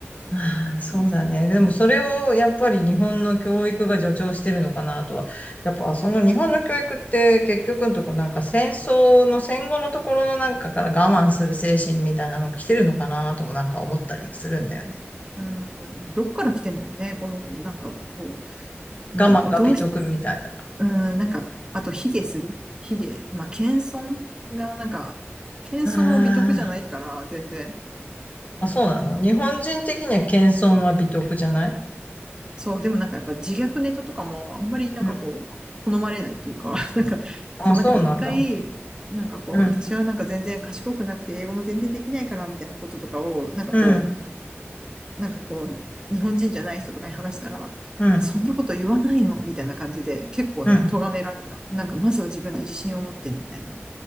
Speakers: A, on the left (about 35°); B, on the right (about 20°).
A: ああ、そうだね。でもそれをやっぱり日本の教育が助長してるのかなとは。
B: <laughs>
A: やっぱその日本の教育って結局のとこなんか戦争の戦後のところのなんかから我慢する精神みたいなの来てるのかなともなんか思ったりもするんだよね。
B: うん、どっから来てんだろうね、この、なんかこう、
A: 我慢が美徳みたいな。
B: まあどうし、うん、なんか、あと卑下する卑下、まあ謙遜が、なんか、謙遜は美徳じゃないから、
A: あ
B: 全然。
A: あ、あ、そうなの。日本人的には謙遜は美徳じゃない
B: そう、でもなんかやっぱ自虐ネタとかもあんまりなんかこう、
A: うん。
B: 好まれないっていうか、<laughs> なんか、
A: あ、
B: そうなんか一回、
A: そうなんだ。
B: なんかこう、
A: うん、
B: 私はなんか全然賢くなくて英語も全然できないからみたいなこととかを、なんかこ
A: うん、
B: う、なんかこう、日本人じゃない人とかに話したら、
A: うん、
B: そんなこと言わないのみたいな感じで、結構ね、
A: うん。
B: 咎められた。なんかまずは自分で自信を持ってみたいな。